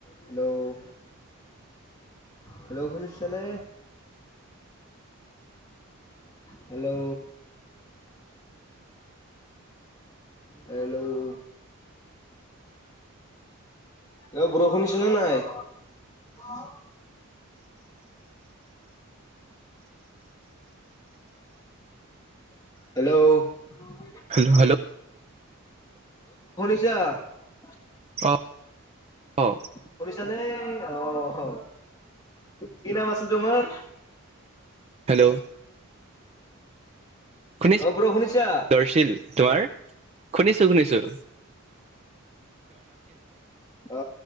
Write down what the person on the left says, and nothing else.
Hello hello শুনিছে নে? Hello. Hello এ বৰষুণ দিছে নে নাই? উম হেল্ল'
আছা <unintelligible>
শুনিছা নে, অহ কি নাম আছিল তোমাৰ?
অ বড়ো শুনিছা
অ